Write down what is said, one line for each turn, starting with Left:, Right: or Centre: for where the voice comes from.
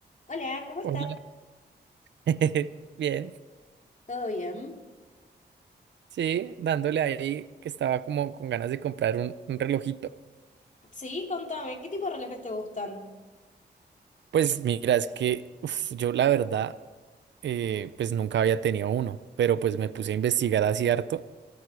Left: Hola, ¿cómo estás?
Right: Hola. <laughs> Bien,
Left: ¿Todo bien?
Right: sí, dándole ahí que estaba como con ganas de comprar un, un relojito.
Left: Sí, contame, ¿qué tipo de relojes te gustan?
Right: Pues mira, es que uf, yo la verdad, eh, pues nunca había tenido uno, pero pues me puse a investigar así harto